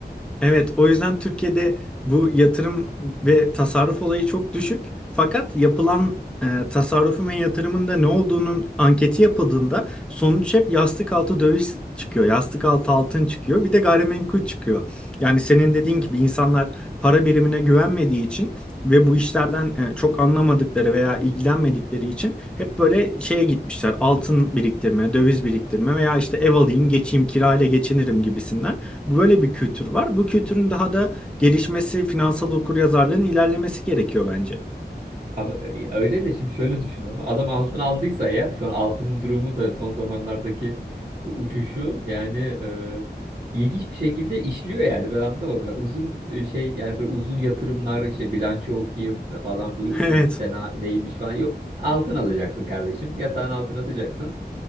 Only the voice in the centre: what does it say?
Evet, o yüzden Türkiye'de bu yatırım ve tasarruf olayı çok düşük. Fakat yapılan e, tasarrufun ve yatırımın da ne olduğunun anketi yapıldığında sonuç hep yastık altı döviz çıkıyor, yastık altı altın çıkıyor, bir de gayrimenkul çıkıyor. Yani senin dediğin gibi insanlar para birimine güvenmediği için ve bu işlerden e, çok anlamadıkları veya ilgilenmedikleri için hep böyle şeye gitmişler. Altın biriktirme, döviz biriktirme veya işte ev alayım, geçeyim, kirayla geçinirim gibisinden. Böyle bir kültür var. Bu kültürün daha da gelişmesi, finansal okuryazarlığın ilerlemesi gerekiyor bence.
<laughs> Evet.